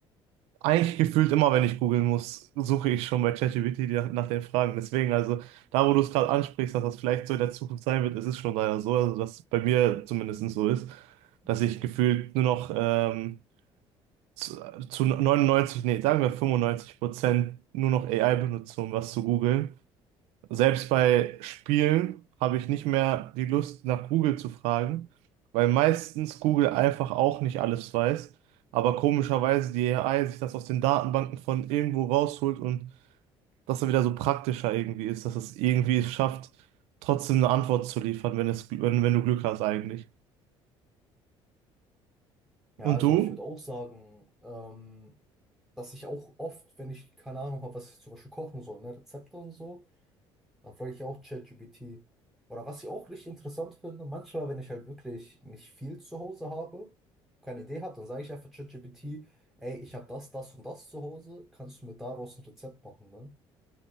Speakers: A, on the right; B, in the centre.
A: eigentlich gefühlt immer, wenn ich googeln muss, suche ich schon bei ChatGPT die- nach den Fragen. Deswegen, also da, wo du es gerade ansprichst, dass das vielleicht so in der Zukunft sein wird, es ist schon leider so, also dass bei mir zumindest so ist, dass
B: Mhm.
A: ich gefühlt nur noch ähm, zu, zu 99, nee, sagen wir 95 Prozent nur noch AI benutze, um was zu googeln. Selbst bei Spielen habe ich nicht mehr die Lust, nach Google zu fragen, weil meistens Google einfach auch nicht alles weiß, aber komischerweise die AI sich das aus den Datenbanken von irgendwo rausholt und das dann wieder so praktischer irgendwie ist, dass es irgendwie es schafft, trotzdem eine Antwort zu liefern, wenn es, wenn, wenn du Glück hast eigentlich.
B: Ja,
A: Und
B: also
A: du?
B: ich würde auch sagen, ähm, dass ich auch oft, wenn ich keine Ahnung habe, was ich zum Beispiel kochen soll, ne, Rezepte und so, Dann frage ich auch ChatGPT. Oder was ich auch richtig interessant finde, manchmal, wenn ich halt wirklich nicht viel zu Hause habe, keine Idee habe, dann sage ich einfach ChatGPT, ey, ich habe das, das und das zu Hause, kannst du mir daraus ein Rezept machen, ne?